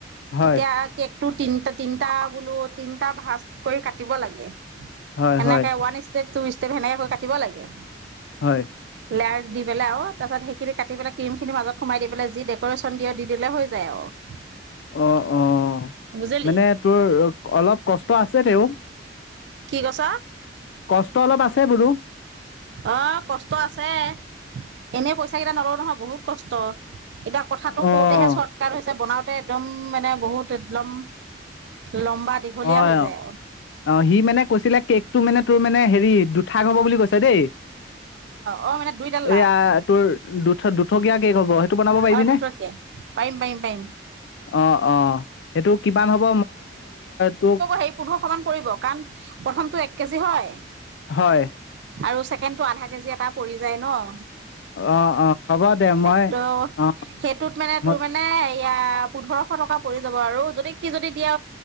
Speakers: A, on the left; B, on the right.
A: হয়,
B: তেতিয়া কে তিনটা তিনটা বোলো তিনটা ভাজ কৰি কাটিব লাগে
A: হয়,
B: এনেকে
A: হয়,
B: ওৱান ষ্টপ টো ইচ তে ভেনেকাকৈ কাটিব লাগে
A: হয়
B: লাই দি পেলাই আৰু তাৰ পিছত সেইখিনি কাটি পেলাই ক্ৰীম খিনি মাজত সোমাই দি পেল যি ডেকৰেচন দিয় দি দিলে হৈ যায় আৰু
A: অ অ
B: বুজিলি
A: মানে তোৰ অলপ কষ্ট আছে তেও
B: কি কছ
A: কষ্ট অলপ আছে বোলো
B: অ কষ্ট আছে এনে পইচা কেইটা নলওঁ নহয় বহুত কষ্ট এতিয়া কথাটো
A: অ',
B: কওঁতেহে চৰ্টকাট হৈছে বনাওঁ ততে একদম মানে বহুত একদম লম্বা দীঘলীয়া
A: অ',
B: হৈ যায় আৰু
A: অ কৈছিলে কেকটো মানে তোৰ মেনে ঠাক হ'ব বুলি কৈছে দেই
B: অ অ মানে দুইটাল্লা
A: এয়া তোৰ দুঠ দুঠো ক কে ক প সেইটো বনাব পাৰিবিনে
B: অ দুটকীয়া পাৰিম পাৰিম পাৰিম
A: অ অ সেইটো কিমান হব তোক
B: হে পোন্ধৰশ মান পৰিব কাৰণ প্ৰথমটো এক কেজি হয়
A: হয়
B: আৰু ছেকেণ্ড তটো আধা কেজি এটা পৰি যায় ন অ
A: অ অ হ'ব দে মই
B: ত'
A: অ
B: সেইটোত মানে
A: মই
B: তোৰ মানে এয়া পোন্ধৰশ টকা পৰি যাব আৰু যদি কি যদি দিয়া